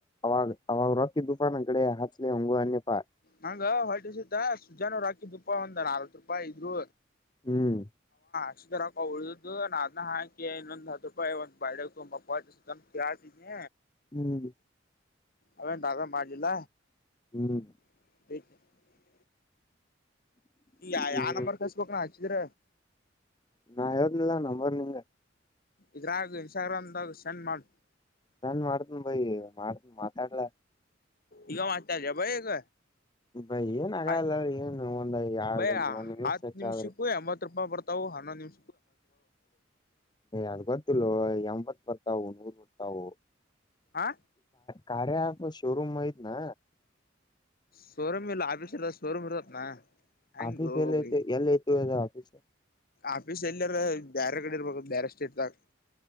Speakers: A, on the left; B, on the left.
A: ಅವಾಗ ಅವಾಗ ರೊಕ್ಕಿ ದುಫಾನ ಕಡೆ ಹಾಚ್ಲಿ ಹಂಗು ಅನ್ಯಪ್ಪ
B: ಹಂಗ ಹೊಿವಸದ ಸುಜಾನೂರ್ ಹಾಕಿದ್ ರೂಪ ಒಂದ ನರವತ್ ರೂಪಾಯಿ ಇದ್ರು
A: ಹ್ಮ್
B: ಅಕ್ಷರಕ ಉಳ್ದು ನ ಅದ ಹಾಕಿ ಇನ್ನೊಂದ್ ಹತ್ತು ರೂಪಾಯಿ ಒಂದ್ ಬಾಳ ತುಂಬಾ ಪ ಕಾತೀಿನಿ
A: ಹ್ಮ್
B: ಅವೇಂತಾದ ಮಾಡಜಿಲ್ಲ
A: ಹ್ಮ್
B: <unintelligible> ಈ ಯಾವ
A: ಹ್ಮ್
B: ನಂಬರ್ ಕಸ್ಬೇಕಕ್ ನ ಹಚ್ಚಿದ್ರ
A: ನಾ ಹೇಳೇದನಿಲ್ಲ ನಂಬರ್ ನಿಂಗ
B: ಇದ್ರಾಗ ಇನ್ಸ್ಟಾಗ್ರಾಮದಾಗ ಸೆಂಡ್ ಮಾಡ
A: ನನ್ ಮಾಡತನ ಭಯ ಮಾಡತನ್ ಮಾತಾಡ್ಲ
B: ಈಗ ಮಾಡ್ತ ಬಗ
A: ಬೈ ಏನ್ ಆಗಲ್ಲ
B: ಆ
A: ಏನ್ ಒಂದ್ ಎರಡ್
B: ಬಯ
A: ಒಂದ್
B: ಹತ್ತು
A: ಹೆಚ್ಚಾದ್ರಿ
B: ನಿಮಿಷ ಕ ಅಮ್ಮತ್ತು ರೂಪ ಪತ ಅವು ಹಣ ನಿಮ್
A: ಅರ್ವತ್ತಲ್ಲ ಎಂಬತ್ ಬರ್ತಾವು ನೂರು ಬರ್ತವು
B: ಆ
A: ಕಾರ್ಯ ಆ ಶೋರುೂಮ ಮಯಿತ ನ
B: ಸೋರಮ್ಯ ಇಲ್ಲ ಆಫಿ ಸೋರಮ ಇರುತತ್ನಾ ಹೆಂಗ
A: ಆಫೀಸ್ ಎಲ್ಲಿ
B: ಬೈ
A: ಐತಿ ಎಲ್ಲಿ ಐತಿ ಅದ ಆಫೀಸ್
B: ಆಫೀಸ್ ಎಲ್ಲಿರ ಬೇರೆ ಕಡೆ ಇರ್ಬೇಕ ಬೇರೆ ಸ್ಟೇಟ್ಧಗ